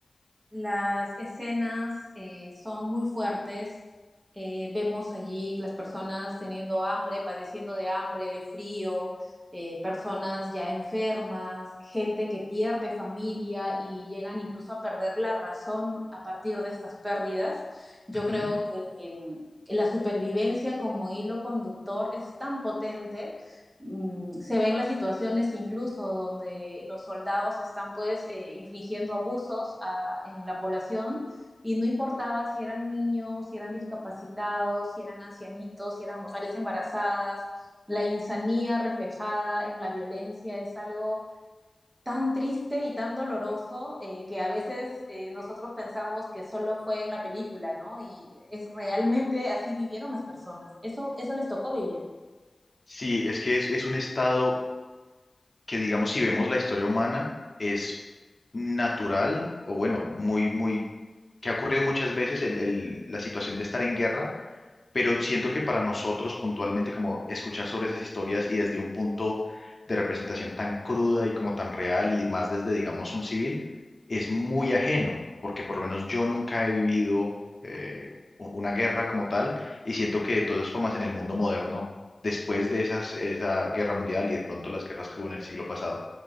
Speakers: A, on the right; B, on the left.
A: Las escenas eh, son muy fuertes. Eh, vemos allí las personas teniendo hambre, padeciendo de hambre, de frío, eh, personas ya enfermas, gente que pierde familia y llegan incluso a perder la razón a partir de estas pérdidas. Yo
B: Ujú.
A: creo que em, la supervivencia como hilo conductor es tan potente mmm, se ven las situaciones incluso donde los soldados están pues eh, infringiendo abusos a, en la población y no importaba si eran niños, si eran discapacitados, si eran ancianitos, si eran mujeres embarazadas, la insanía reflejada en la violencia es algo tan triste y tan doloroso eh, que a veces eh, nosotros pensamos que solo fue en la película, ¿no? Y es realmente así vivieron las personas. Eso, eso les tocó vivir.
B: Sí, es que es, es un estado que, digamos, si vemos la historia humana, es natural o bueno, muy, muy que ha ocurrido muchas veces el- el- la situación de estar en guerra, pero siento que para nosotros puntualmente como escuchar sobre esas historias y desde un punto de representación tan cruda y como tan real y más desde, digamos, un civil, es muy ajeno, porque por lo menos yo nunca he vivido eh, u- una guerra como tal y siento que de todas formas en el mundo moderno, después de esas, esa guerra mundial y de pronto las guerras que hubo en el siglo pasado,